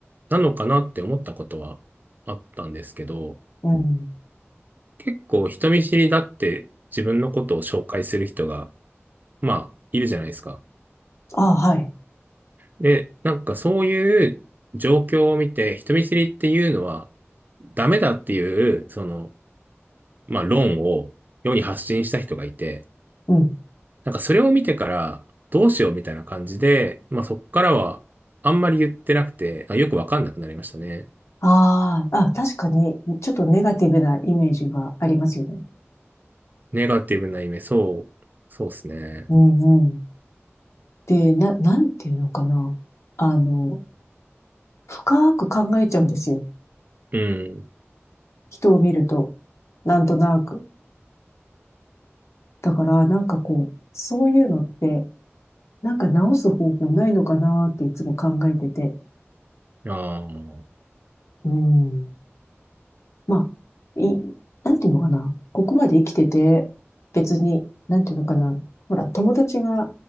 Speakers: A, on the right; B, on the left.
A: なのかなって思ったことはあったんですけど、
B: うん。
A: 結構人見知りだって自分のことを紹介する人が、まあ、いるじゃないですか。
B: ああ、はい。
A: で、なんかそういう状況を見て、人見知りっていうのはダメだっていう、その、まあ論を世に発信した人がいて、
B: うん
A: なんかそれを見てからどうしようみたいな感じで、まあそこからはあんまり言ってなくて、あよくわかんなくなりましたね。
B: ああ、あ、確かに、ちょっとネガティブなイメージがありますよね。
A: ネガティブな意味、そう、そうですね。
B: うんうん。で、な、なんていうのかな。あの、深く考えちゃうんですよ。
A: うん。
B: 人を見ると、なんとなく。だから、なんかこう、そういうのって、なんか直す方法ないのかなっていつも考えてて。
A: ああ、
B: うん。まあ、い、なんていうのかな。ここまで生きてて、別に、なんていうのかな。ほら、友達が